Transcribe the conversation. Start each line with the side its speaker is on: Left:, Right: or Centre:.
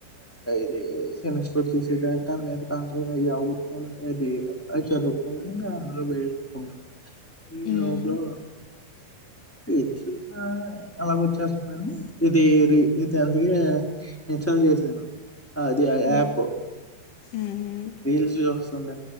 Centre: అది సెమిస్టర్ వచ్చేసేదాని దాని మీద కాన్ట్ర ఇగ అవగొట్టుకోవాలి అది అది చదువుకోవాలని ఇంగ అలా వెట్కున్నాను ఈ
Left: ఉమ్
Centre: లోపల ఎట్ చూసినా అలాగ వచ్చేస్ మని ఇది రి ఇది అందుకేగా నేన్ చల్ చేసాను అదే ఆ యాప్
Left: ఉమ్ ఉమ్
Centre: రీల్స్ జుస్తుండే